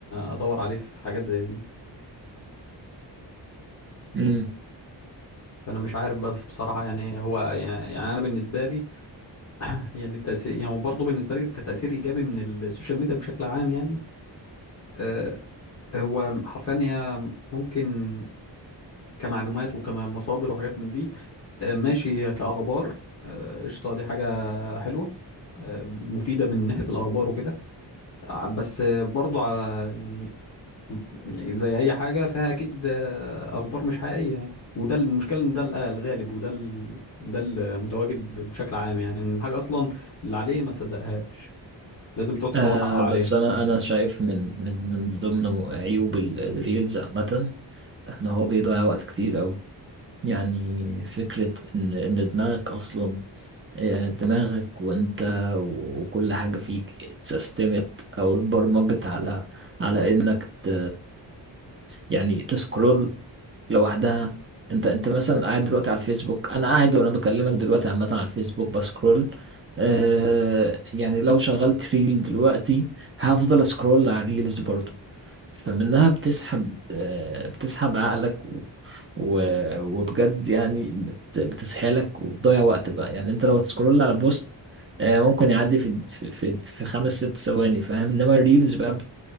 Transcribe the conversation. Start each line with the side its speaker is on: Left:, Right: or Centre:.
Left: ادور عليه في حاجات زي دي
Right: امم
Left: فانا مش عارف بس بصراحه يعني هو يعني, يعني انا بالنسبه لي يعني التاثير يعني هو برضه بالنسبه لي كتاثير ايجابي من السوشيال ميديا بشكل عام يعني أه هو حرفيا هي ممكن كمعلومات وكمصادر وحاجات من دي أه ماشي كاخبار آه، قشطه دي حاجه حلوه مفيدة من ناحية الأخبار وكده ع- بس برضو على يعني يعني زي أي حاجة فيها أكيد أخبار مش حقيقية يعني وده المشكلة إن ده ال- آه، الغالب وده ال... ده المتواجد ب- بشكل عام يعني إن الحاجة أصلا اللي عليه ما تصدقهاش لازم تقعد تدور
Right: آه
Left: حق عليها
Right: بس انا انا شايف من من من ضمن عيوب ال- الريلز عامة ان هو بيضيع وقت كتير قوي يعني فكرة إن إن دماغك أصلا آه، دماغك وانت و- وكل حاجة فيك اتسيستمت او اتبرمجت على على انك ت... يعني تسكرول لوحدها انت انت مثلا قاعد دلوقتي على الفيسبوك انا قاعد وانا بكلمك دلوقتي عامة على الفيسبوك بسكرول آه، يعني لو شغلت ريل دلوقتي هفضل اسكرول على الريلز برضو فمنها بتسحب آه، بتسحب عقلك و... و... وبجد يعني بت... بتسحلك وتضيع وقت بقى يعني انت لو تسكرول على بوست آه، ممكن يعدي في في في, في خمس ست ثواني فاهم انما الريلز بقى بت-